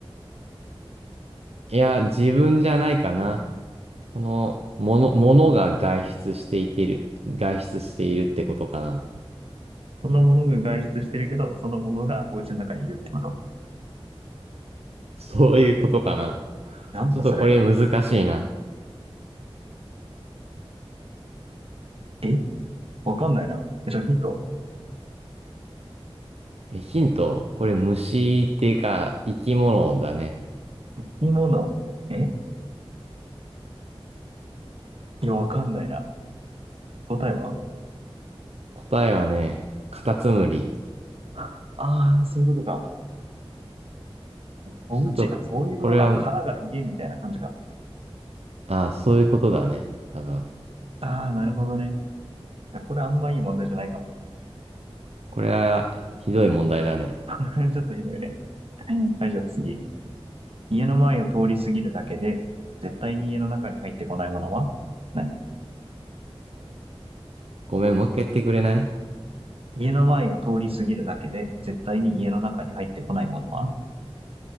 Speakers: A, on the right; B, on the right.
A: いや、自分じゃないかな。その、もの、ものが外出していている、外出しているってことかな。
B: そのものが外出してるけど、そのものがお家の中にいるってこと
A: そういうことかな。
B: なんだそれ。
A: ちょっとこれ難しいな。
B: えわかんないな。え、ちょ、ヒント。
A: え、ヒント、これ虫っていうか、生き物だね。
B: 生き物。えいや、わかんないな。答えは
A: 答えはね、カタツムリ。
B: ああー、そういうことか。お家、
A: ちょっと、
B: あ、そういうこと。
A: これは、
B: あの、殻が家みたいな感じか。
A: あ、そういうことだね。多分。
B: ああ、なるほどね。あこれあんまいい問題じゃないかも。
A: これは、ひどい問題だね。
B: <laughs> ちょっとひどいね。はい、じゃあ次。家の前を通り過ぎるだけで、絶対に家の中に入ってこないものは何
A: ごめん、もう一回言ってくれない
B: 家の前を通り過ぎるだけで、絶対に家の中に入ってこないものは